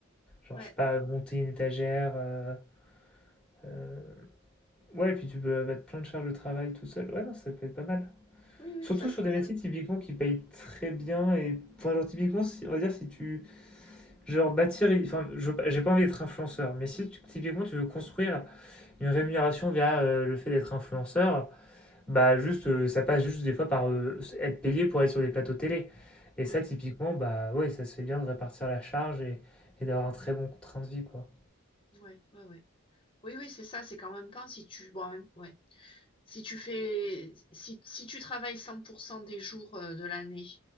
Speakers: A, in the centre; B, on the left.
A: genre
B: Ouais,
A: je sais pas, monter une étagère, euh, euh, ouais, puis tu peux mettre plein de charges de travail tout seul. Ouais, non, ça peut être pas mal.
B: oui, oui,
A: Surtout
B: ça c'est
A: sur des
B: clair.
A: métiers typiquement qui payent très bien et enfin genre typiquement si, on va dire si tu genre bâtir enfin je veux pas- j'ai pas envie d'être influenceur mais si tu- typiquement tu veux construire une rémunération via euh, le fait d'être influenceur Bah juste, heu, ça passe juste des fois par, heu, être payé pour aller sur des plateaux télé et
B: Oui,
A: ça typiquement, bah, ouais, ça se fait bien de répartir la charge et et d'avoir un très bon train de vie, quoi.
B: ouais, ouais, ouais. Oui, oui, c'est ça. C'est qu'en même temps, si tu, bon, en même- ouais. Si tu fais, si, si tu travailles 100% des jours euh, de l'année,